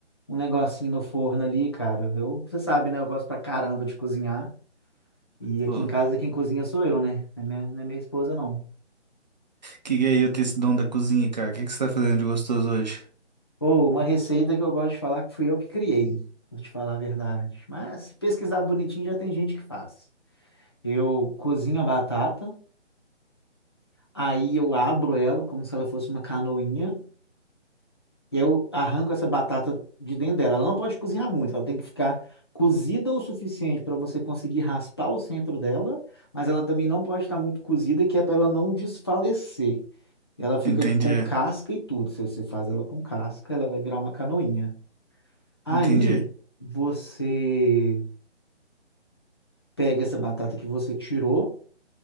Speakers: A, on the left; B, on the right.
A: um negocinho no forno ali, cara. Eu, você sabe, né? Eu gosto pra caramba de cozinhar. E aqui
B: pô,
A: em casa, quem cozinha sou eu, né? Não é minha, não é minha esposa, não.
B: que gay eu ter esse dom da cozinha, cara. O que, que você tá fazendo de gostoso hoje?
A: Pô, uma receita que eu gosto de falar que fui eu que criei, vou te falar a verdade. Mas se pesquisar bonitinho, já tem gente que faz. Eu cozinho a batata, aí eu abro ela como se ela fosse uma canoinha. E aí eu arranco essa batata de dentro dela. Ela não pode cozinhar muito, ela tem que ficar cozida o suficiente para você conseguir raspar o centro dela, mas ela também não pode estar muito cozida, que é para ela não desfalecer. E Ela fica
B: Entendi,
A: de com casca e tudo. Se você faz ela com casca, ela vai virar uma canoinha. Aí
B: entendi.
A: você pega essa batata que você tirou